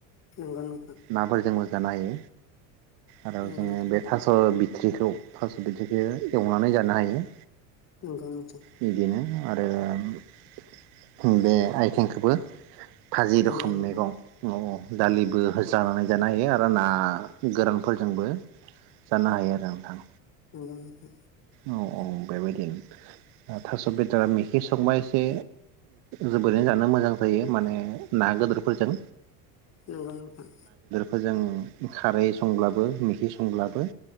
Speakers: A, on the left; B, on the right.
A: नोंगौ नोंथां।
B: नाफोरजोंबो जानो हायो। आरो
A: औ
B: जोङो
A: नोंथां
B: बे थास' बि थिखौ थास' बिथिखौ एवनानै जानो हायो।
A: नोंगौ नोंथां।
B: बिदिनो आरो बे आइथिंखौबो भाजि
A: नंगौ
B: रोखोम
A: नोंथां
B: मैगं
A: नंगौ नोंथां
B: अ' दालिबो जानानै जानो हायो आरो ना गोरानफोरजोंबो जानो हायो आरो नोंथां।
A: नोंगौ नोंथां।
B: औ औ बेबायदिनो थास' बेदरा मेखि संबा एसे जोबोरैनो जानो मोजां जायो माने ना गोदोरफोरजों।
A: नोंगौ नोंथां।
B: जों खारै संब्लाबो मेखि संब्लाबो